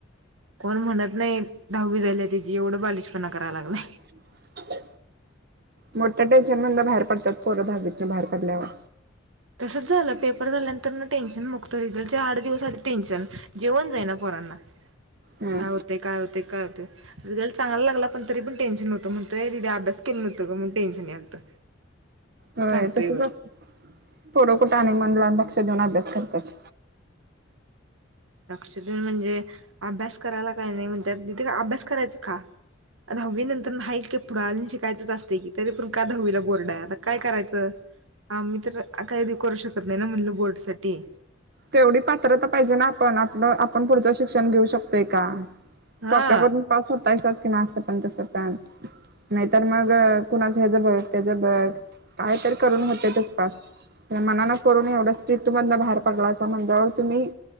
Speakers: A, on the right; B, on the right.
A: कोण म्हणत नाही दहावी झाल्या त्याची एवढं बालिशपणा करायला लागला
B: <inaudible> मोठ्या टेन्शन मदन बाहेर पडतात पोर दहावीतून बाहेर पडल्यावर
A: तसंच झालं पेपर झाल्यानंतर म टेन्शन मुगतं रिझल्टच्या आठ दिवस आधी टेन्शन जेवण जाई ना पोरांना
B: हम्म
A: काय होतय काय होतय काय होतय रिझल्ट चांगला लागला पण तरी पण टेनशन हो्त म्हणतोय दीदे अभ्यास केलं नव्हतं गं म्हणताना टेन्शन यालतं
B: होय
A: सांगतोय
B: तसच
A: वर
B: अस पोरं कुठं आणि मन लावून लक्ष देऊन अभ्यास करतात
A: लक्ष देन म्हणजे अभ्यास करायला काही नाही म्हणतात तिथे का अभ्यास करायचं का दहावी नंतर न हाय की पुढ शिकायचंच असते की तरी पण का दहावीला बोर्डा आहे आता काय करायचं हा मी तर काही करू शकत नाही ना म्हणलं बोर्ड साठी
B: तेवढी पात्रता पाहिजे ना आपण आप आपण पुढचं शिक्षण घेऊ शकतोय का
A: हा
B: कॉप्या काढून पास होतासच की ना असं पण तस पॅन नाहीतर मग कुणाच हे ज बघ ते ज बघ काय तर करून होतेतच पास तर मनान करून एवढं स्ट्रिप्ट मधन बाहेर पडला मं तुम्ही